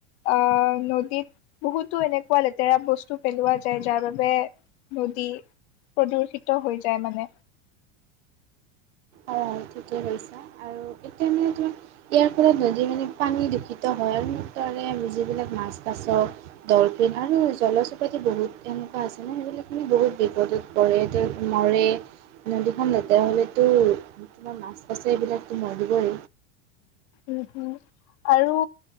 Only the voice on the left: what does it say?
অ, নদীত বহুতো এনেকুৱা লেতেৰা বস্তু পেলোৱা যায়। যাৰ বাবে নদী প্ৰদূষিত হৈ যায় মানে। <inaudible>
উম উম আৰু